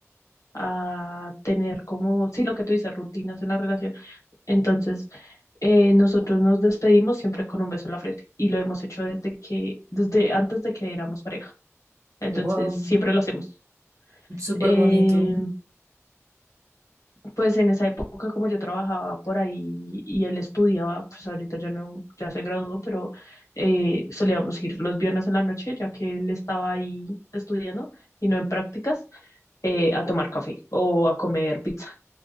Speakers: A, on the left (about 90°); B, on the right (about 85°).
A: a tener como, sí, lo que tú dices, rutinas en la relación. Entonces, eh, nosotros nos despedimos siempre con un beso en la frente y lo hemos hecho desde que, desde antes de que éramos pareja. Entonces,
B: Wow,
A: siempre lo hacemos.
B: súper
A: Eh,
B: bonito.
A: pues en esa época, como yo trabajaba por ahí y él estudiaba, pues ahorita ya no, ya se graduó, pero eh, solíamos ir los viernes en la noche, ya que él estaba ahí estudiando y no en prácticas. eh, a tomar café o a comer pizza.